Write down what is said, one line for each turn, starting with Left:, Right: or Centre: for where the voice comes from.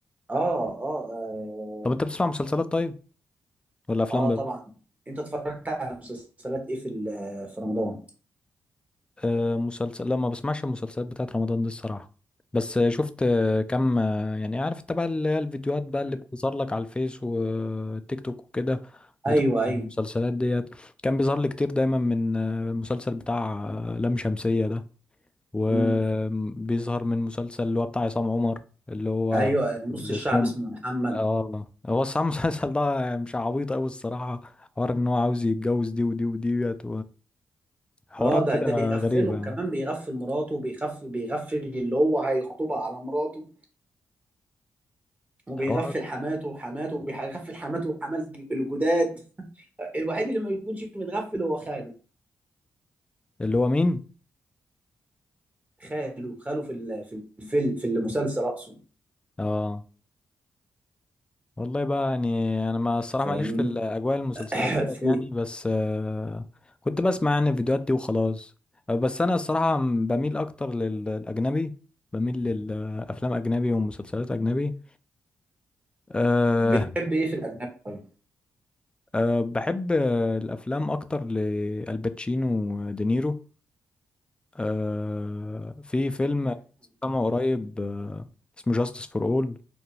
Right: آه آه, آه
Left: طب انت بتسمع مسلسلات طيب ولا افلام
Right: اه
Left: بس؟
Right: طبعا انت اتفرجت على مسلسلات ايه في ال- في رمضان
Left: آه، مسلسل لا ما بسمعش المسلسلات بتاعت رمضان دي الصراحة بس آه، شفت آه، كم آه، يعني عارف تبع اللي هي الفيديوهات بقى اللي بتظهر لك على الفيس والتيك توك وكده بتاع
Right: ايوه ايوه
Left: المسلسلات ديت كان بيظهر لي كتير دايما من آه، المسلسل بتاع آه، لام شمسية ده وبيظهر
Right: امم
Left: من مسلسل اللي هو بتاع عصام عمر اللي هو
Right: ايوه نص
Left: اللي
Right: الشعب
Left: اسمه
Right: اسمه محمد
Left: اه هو الصراحة <laughs> المسلسل ده مش عبيط أوي الصراحة حوار إن هو عاوز يتجوز دي ودي وديت وحوارات
Right: اه ده
Left: كده
Right: ده بيغفلهم
Left: غريبة يعني
Right: كمان بيغفل مراته وبيغفل بيغفل اللي هو هيخطبها على مراته وبيغفل
Left: حوارات
Right: حماته وحماته وبيغفل حماته وحمات الجداد <laughs> الوحيد اللي ما بيكونش متغفل هو خاله
Left: اللي هو مين
Right: خاله خاله في ال- في الفيلم في المسلسل اقصد
Left: اه والله بقى يعني انا ما الصراحه
Right: فاهمني
Left: ماليش في الاجواء المسلسلات
Right: <clears throat> <coughs>
Left: ديت
Right: في
Left: يعني بس آه كنت بسمع يعني الفيديوهات دي وخلاص آه، بس انا الصراحه م- بميل اكتر للاجنبي بميل للافلام اجنبي ومسلسلات اجنبي أه
Right: بتحب ايه في الاجنبي طيب
Left: أه بحب آه، الافلام اكتر لالباتشينو ودينيرو أه في فيلم سمعه قريب آه، اسمه جاستس فور اول